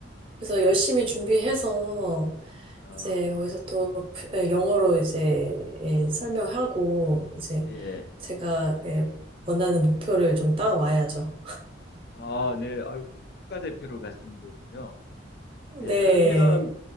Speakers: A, on the right; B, on the left.
A: 그래서 열심히 준비해서,
B: 아,
A: 이제 거기서 또 프- 예, 영어로 이제 예, 설명하고, 이제
B: 예.
A: 제가 예, 원하는 목표를 좀 따와야죠.
B: 아, 네. 아이고, 국가대표로 가시는 거군요. 네.
A: 네,
B: 그러면